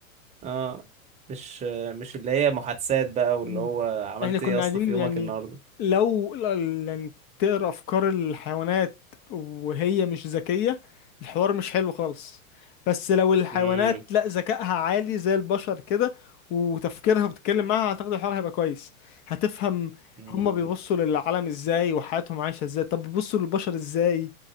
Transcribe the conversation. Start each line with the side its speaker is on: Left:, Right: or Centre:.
Right: اه مش مش اللي هي محادثات بقى واللي
Left: مم.
Right: هو عملت
Left: احنا كنا
Right: ايه يا اسطى
Left: قاعدين
Right: في يومك
Left: يعني
Right: النهارده
Left: لو ال- يعني تقرا افكار الحيوانات وهي مش ذكيه الحوار مش حلو خالص بس لو الحيوانات
Right: امم
Left: لا ذكائها عالي زي البشر كده وتفكيرها بتتكلم معاها اعتقد الحوار هيبقى كويس هتفهم
Right: أمم.
Left: هما بيبصوا للعالم ازاي وحياتهم عايشه ازاي طب بيبصوا للبشر ازاي